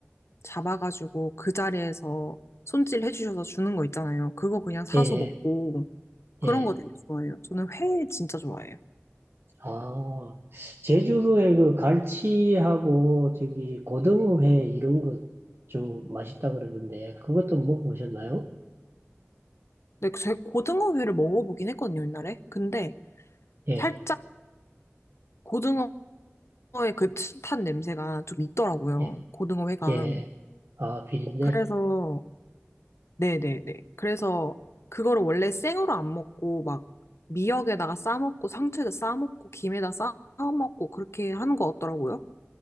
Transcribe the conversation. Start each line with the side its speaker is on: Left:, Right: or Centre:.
Left: 잡아가지고 그 자리에서 손질해 주셔서 주는 거 있잖아요. 그거 그냥 사서
Right: 예, 예.
Left: 먹고 그런
Right: 예.
Left: 거 되게 좋아해요. 저는 회 진짜 좋아해요.
Right: 아, 제주도에 그 갈치하고 저기 고등어회 이런 거 좀 맛있다 그러던데 그것도 먹어보셨나요?
Left: 근데 제 고등어회를 먹어보긴 했거든요, 옛날에. 근데
Right: 예,
Left: 살짝 고등어의 그 옅은 냄새가 좀 있더라고요.
Right: 예,
Left: 고등어회가.
Right: 예. 아, 비린내.
Left: 그래서, 네네네. 그래서 그거를 원래 생으로 안 먹고 막 미역에다가 싸먹고 상추에다 싸먹고 김에다 싸먹고 그렇게 하는 거 같더라고요.